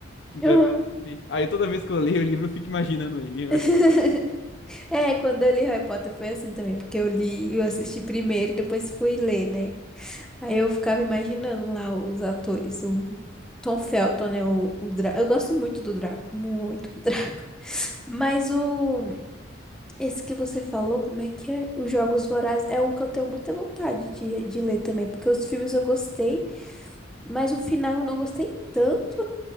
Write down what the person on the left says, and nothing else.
que interpreta
ele. Aí toda vez que eu leio o livro, eu fico imaginando ele. Eu
acho,